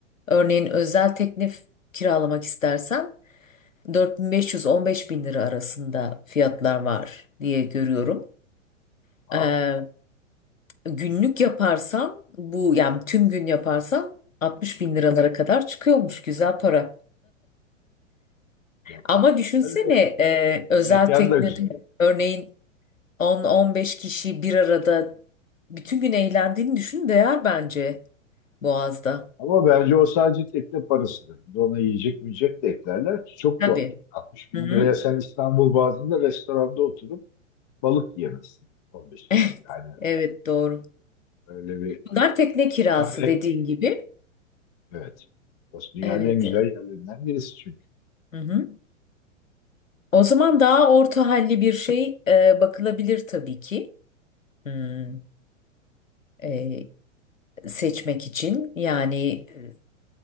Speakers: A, on the left; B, on the left.
A: Örneğin özel teknif kiralamak istersen 4500 bin beş yüz on beş bin lira arasında fiyatlar var diye görüyorum.
B: Wow.
A: Ee, günlük yaparsan bu yani tüm gün yaparsan 60 bin liralara kadar çıkıyormuş güzel para.
B: Yapar.
A: Ama düşünsene
B: Yani
A: e, özel
B: mekan
A: teknede
B: da güzel.
A: örneğin 10-15 kişi bir arada bütün gün eğlendiğini düşün değer bence Boğaz'da.
B: Ama bence o sadece tekne parasıdır. Bir de ona yiyecek yiyecek de eklerler ki çok
A: Tabii.
B: doğal. altmış bin
A: Hı hı.
B: liraya sen
A: <laughs>
B: İstanbul bazında restoranda oturup balık yiyemezsin. On bin.
A: Evet,
B: Yani
A: evet doğru.
B: öyle bir
A: Bunlar tekne kirası
B: yani
A: dediğin gibi.
B: Evet. Burası dünyanın
A: Evet.
B: en güzel yerlerinden birisi çünkü.
A: Hı hı. O zaman daha orta halli bir şey e, bakılabilir tabii ki. Hmm, e, seçmek için yani e,